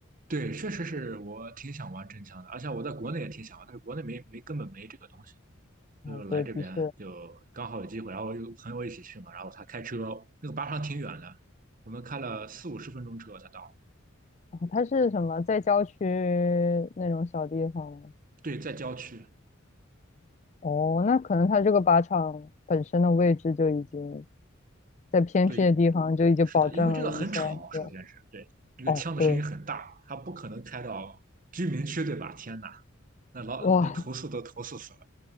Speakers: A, on the right; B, on the left.
A: 对，确实是我挺想玩真枪的，而且我在国内也挺想玩，但是国内没没根本没这个东西。
B: 哦，
A: 就来这边就刚好有机会，
B: 对，的确，
A: 然后我有个朋友一起去嘛，然后他开车，那个巴场挺远的，我们开了四五十分钟车才到。
B: 哦它是什么在郊区那种小地方吗
A: 对，在郊区。
B: 哦，那可能它这个靶场本身的位置就已经在偏僻的地方，
A: 对，
B: 就已经保证了一些安全。
A: 是的，因为这个很吵，首先是对那个枪的声音很大，
B: 哦，对，
A: 他不可能开到居民区，对吧？天呐，那老那都投诉都投诉死了。
B: 哇，